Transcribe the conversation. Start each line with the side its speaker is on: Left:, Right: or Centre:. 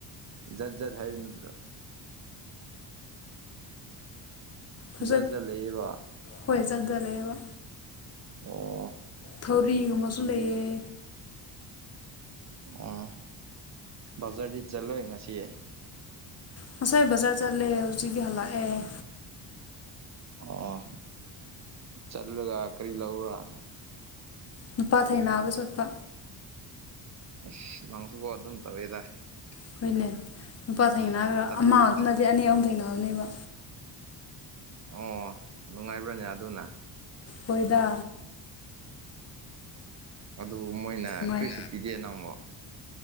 Right: ꯖꯠ ꯖꯠ ꯍꯥꯏꯕ ꯅꯠꯇ꯭ꯔꯣ
Left: ꯐꯖ
Right: ꯖꯠ ꯖꯠ ꯂꯩꯌꯦꯕ
Left: ꯍꯣꯏ ꯖꯠ ꯖꯠ ꯂꯩꯌꯦꯕ
Right: ꯑꯣ
Left: ꯊꯧꯔꯤꯒꯨꯝꯕꯁꯨ ꯂꯩꯌꯦ
Right: ꯑꯣ ꯕꯖꯔꯗꯤ ꯆꯠꯂꯣꯏ ꯉꯁꯤ
Left: ꯉꯁꯥꯏ ꯕꯖꯥꯔ ꯆꯠꯂꯦ ꯍꯧꯖꯤꯛꯇꯤ ꯍꯂꯛꯑꯦ
Right: ꯑꯣ ꯆꯠꯂꯒ ꯀꯔꯤ ꯂꯧꯕꯔ
Left: ꯅꯨꯄꯥ ꯊꯩꯅꯥꯕ ꯆꯣꯠꯄ
Right: ꯑꯁ ꯅꯪꯁꯨꯀꯣ ꯑꯗꯨꯝ ꯇꯧꯋꯦꯗ
Left: ꯍꯈꯣꯏꯅꯦ ꯅꯨꯄꯥ ꯊꯦꯡꯅꯔ
Right: ꯑꯗꯨ
Left: ꯑꯃꯇ ꯅꯠꯇꯦ ꯑꯅꯤ ꯑꯍꯨꯝ ꯊꯦꯡꯅꯕꯅꯦꯕ
Right: ꯑꯣ ꯅꯨꯡꯉꯥꯏꯕ꯭ꯔꯅꯦ ꯑꯗꯨꯅ
Left: ꯍꯣꯏꯗ
Right: ꯑꯗꯨ ꯃꯣꯏꯅ
Left: ꯅꯨꯡꯉꯥꯏ
Right: ꯀꯔꯤꯁꯨ ꯄꯤꯒꯦ ꯅꯪꯃꯣ